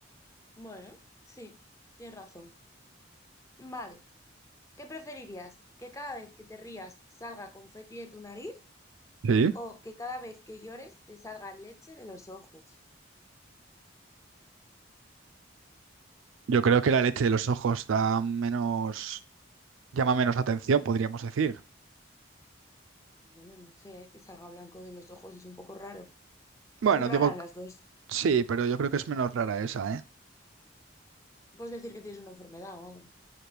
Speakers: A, on the left (about 15°); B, on the right (about 85°).
A: Bueno, sí, tienes razón. Vale, ¿qué preferirías? ¿Que cada vez que te rías salga confeti de tu nariz
B: Sí.
A: o que cada vez que llores te salga leche de los ojos?
B: Yo creo que la leche de los ojos da menos, llama menos la atención, podríamos decir.
A: Bueno, no sé, que salga blanco de los ojos es un poco raro.
B: Bueno,
A: Son raras
B: digo,
A: las dos.
B: sí, pero yo creo que es menos rara esa, ¿eh?
A: Puedes decir que tienes una enfermedad o algo.